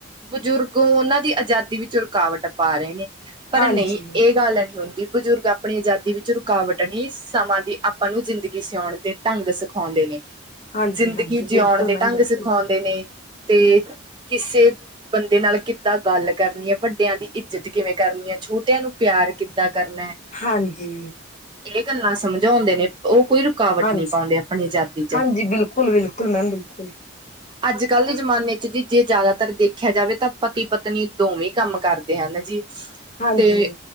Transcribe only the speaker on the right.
ਬਜ਼ੁਰਗ ਉਹਨਾਂ ਦੀ ਆਜ਼ਾਦੀ ਵਿੱਚ ਰੁਕਾਵਟ ਪਾ ਰਏ ਨੇ ਪਰ
ਨਹੀਂ ਇਹ ਗੱਲ ਨਹੀਂ ਹੁੰਦੀ ਬਜ਼ੁਰਗ ਆਪਣੀ ਆਜ਼ਾਦੀ ਵਿੱਚ ਰੁਕਾਵਟ ਹੀ ਸਮਾਂ ਦੀ ਆਪਾਂ ਨੂੰ ਜ਼ਿੰਦਗੀ ਸਿਆਉਣ ਦੇ ਢੰਗ ਸਿਖਾਉਂਦੇ ਨੇ
ਜ਼ਿੰਦਗੀ
ਜਿਉਣ
ਦੇ
ਢੰਗ
ਸਿਖਾਉਂਦੇ ਨੇ ਤੇ ਕਿਸੇ ਬੰਦੇ ਨਾਲ ਕਿੱਦਾਂ ਗੱਲ ਕਰਨੀ ਏ ਵੱਡਿਆਂ ਦੀ ਇੱਜਤ ਕਿਵੇਂ ਕਰਨੀ ਏ ਛੋਟਿਆਂ ਨੂੰ ਪਿਆਰ ਕਿੱਦਾਂ ਕਰਨੇ।
ਏ ਗੱਲਾਂ ਸਮਝਾਉਂਦੇ ਨੇ ਓ ਕੋਈ ਰੁਕਾਵਟ
ਨੀ ਪਾਉਂਦੇ ਆਪਣੀ ਆਜ਼ਾਦੀ 'ਚ
ਅੱਜ-ਕੱਲ ਦੇ ਜ਼ਮਾਨੇ 'ਚ ਜੀ ਜੇ ਜ਼ਿਆਦਾਤਰ ਦੇਖਿਆ ਜਾਵੇ ਤਾਂ ਪਤੀ-ਪਤਨੀ ਦੋਵੇਂ ਕੰਮ ਕਰਦੇ ਹਨ ਜੀ
ਤੇ